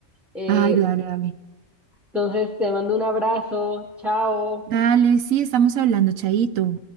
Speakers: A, in the centre; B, on the right.
A: Eh,
B: Ay, dale, dale.
A: entonces, te mando un abrazo. Chao.
B: Dale, sí, estamos hablando, Chaito.